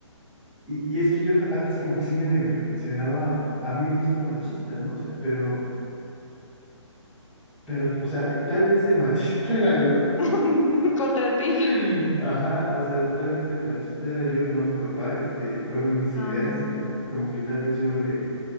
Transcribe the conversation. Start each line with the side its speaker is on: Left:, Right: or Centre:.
Centre: y, y es que yo antes como que sí medio me consideraba a mí mismo machista, ¿no? O sea, pero, pero, o sea, y tal vez el machista <laughs> era yo
Left: <laughs> Contra ti.
Centre: <laughs> Ajá, o sea, tal vez el machista era yo y no mi papá, este, y fueron mis
Left: Ah,
Centre: ideas y como que tal vez yo le,